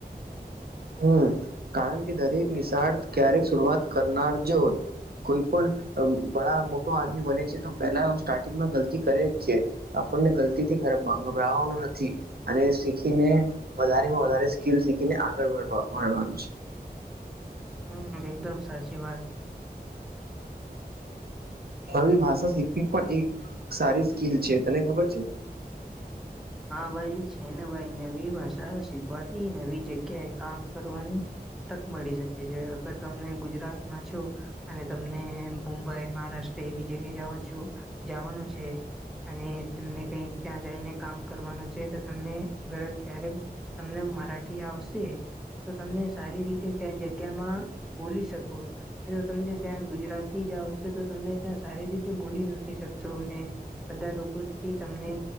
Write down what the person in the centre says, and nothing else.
હમ એકદમ સાચી વાત
હા ભાઈ છે ને ભાઈ નવી ભાષા શીખવાથી નવી જગ્યાએ કામ કરવાની તક મળી શકે છે અગર તમને ગુજરાતમાં છો. અને તમને મુંબઈ મહારાષ્ટ્ર એ બી જગ્યા જવા છું જવાનું છે. અને તમને કઈક ત્યાં જઈને. કામ કરવાનું છે, તો તમને અગર ત્યારે તમને મરાઠી આવશે. <unintelligible> તો તમને સારી રીતે ત્યાં જગ્યામાં બોલી શકો. તમને ત્યાં ગુજરાતી જ આવશે તો તમે ત્યાં સારી રીતે બોલી નથી શકશો અને બધા લોકો થી તમને